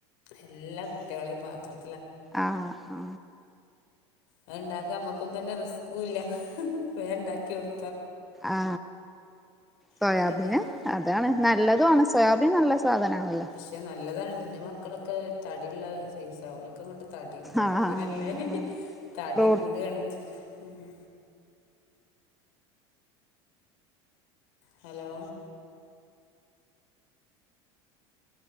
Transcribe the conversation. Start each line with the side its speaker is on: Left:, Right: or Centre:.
Left: എല്ലാ കുട്ടികളെയും പാത്രം
Centre: ആ ആ
Left: അത് ഉണ്ടാക്കാൻ നമ്മക്കൊന്നും തന്നെ റിസ്കും ഇല്ല വേം ഇണ്ടാക്കി കൊടു
Centre: ആ സോയാബീന്
Left: അത് വലിയ
Centre: അതാണ് നല്ലതുവാണ് സോയാബീൻ നല്ല സ സാധനാണല്ലേ
Left: പക്ഷെ നല്ലതാണ് എന്റെ മക്കളക്കെ തടിള്ള സൈസ് ഒലക്കേ ഒക്കങ്ങട്ട് തടി പ്രോട്ടീനല്ലേ
Centre: ആഹ് അങ്ങനെ ആഹ്
Left: തടി
Centre: ഫ്രൂട്ട്
Left: കൂടയാണ് ഉം ഹലോ